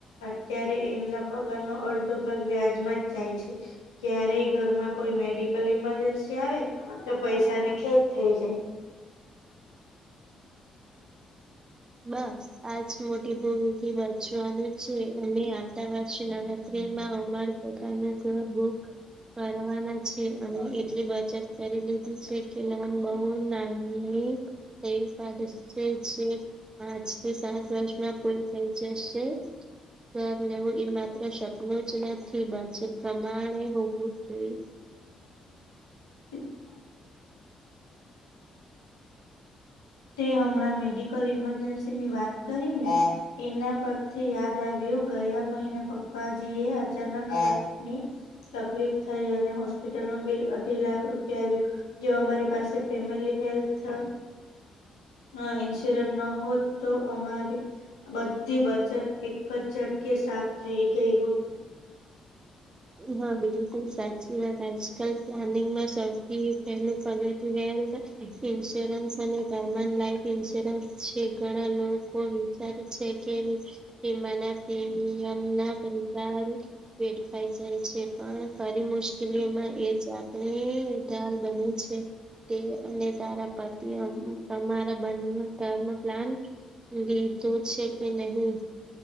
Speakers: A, on the left; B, on the right.
A: અત્યારે એમના પગાર નો અડધો વ્યાજમાં જ જાય છે, ક્યારેય ઘરમાં કોઈ મેડિકલ ઇમ જન્સી આવે તો પૈસા ની ખેત થઈ જાય.
B: બસ આજ મોટી ભૂલ થી બચવાનું છે, અમે આવતા વર્ષ નવરાત્રીમાં અમાર પોતાના ઘર બુક કરવાના છે, અમે એટલી બચત કરી લીધી છે કે લોન બહુ ના હ તે પાદ સેજે પાંચ થી સાત વર્ષમાં પૂરી થઈ જશે. ઘર લેવું એ માત્ર શકનું જ નથી, બજટ પ્રમાણે હોવું જોઈએ.
A: <inaudible> તે હમણાં મેડિકલ ઈમરજન્સી ની વાત કરી ને એના પરથી યાદ આવ્યું ગયા મહિને પપ્પાજી એ અચાનકજ ની તકલીફ થઈ અને હોસ્પિટલ નું બિલ અઢી લાખ રૂપિયા આવ્યું. જે અમારી પાસે ફેમિલી હેલ્થ અ ઇન્સ્યોરન્સ ન હોત તો અમારે બધી બચત એક જ ઝટકે સાફ થઈ ગઈ હોત.
B: હા બિલકુલ સાચી વાત, આજકાલ પ્લાનિંગમાં સૌથી પહેલું પગત <unintelligible> હેલ્થ ઈન્સ્યોરન્સ અને ધરમા લાઈફ ઈન્સ્યોરન્સ છે ઘણા લોકો સારું છે કે એમાના પ્રીમયમના પૈસા હવે વેડ ખાઈ જાય છે, પણ ખરી મુશ્કેલીમાં એજ આપણી ધાલ બને છે. તે અને તારા પતિ તમારા બને ન ધર્મ પ્લાન લીધુ શેકે નહીં?